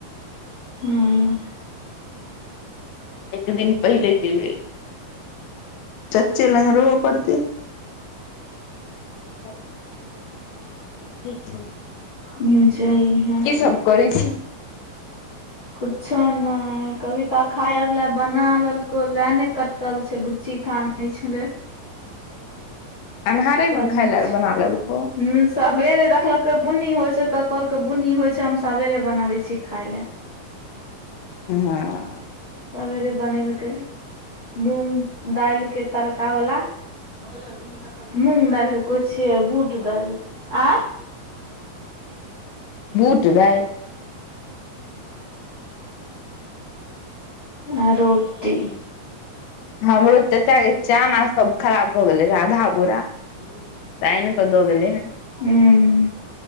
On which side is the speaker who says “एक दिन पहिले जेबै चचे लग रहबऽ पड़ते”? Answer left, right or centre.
Left